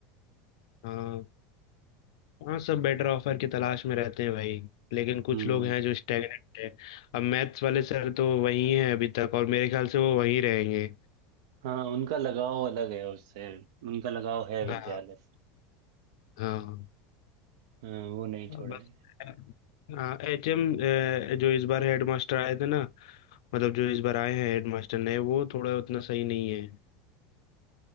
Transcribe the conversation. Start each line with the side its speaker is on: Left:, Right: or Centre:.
Left: हाँ हाँ सब बेटर ऑफर की तलाश में रहते हैं भाई लेकिन कुछ
Right: हम्म
Left: लोग हैं जो स्टैगनेंट है अब मैथ्स वाले सर तो वही हैं अभी तक और मेरे ख्याल से वो वहीं रहेंगे
Right: हाँ उनका लगाव अलग है उससे उनका लगाव है विद्यालय
Left: हाँ हाँ
Right: हाँ, वो नहीं छोड़ेंगे
Left: बस हाँ एचएम जो इस बार हेडमास्टर आए थे ना मतलब जो इस बार आए हैं हेडमास्टर नए वो थोड़ा उतना सही नहीं है